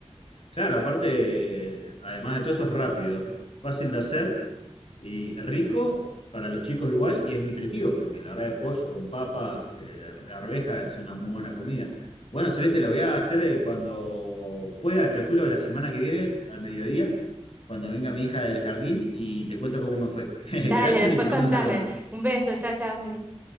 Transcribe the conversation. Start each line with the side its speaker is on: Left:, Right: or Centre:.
Left: Claro, aparte, eh, además de todo eso es rápido, f- fácil de hacer y rico para los chicos igual y es nutritivo, porque la verdad de pollo con papas, eh, arvejas es una muy buena comida. Bueno, Celeste, lo voy a hacer eh, cuando pueda, calculo de la semana que viene, al mediodía, cuando venga mi hija del jardín y te cuento cómo me fue.
Right: <laughs>
Left: <laughs>
Right: Dale,
Left: Gracias
Right: después
Left: y te mando
Right: contame.
Left: un saludo.
Right: Un beso, chao, chao, Miguel.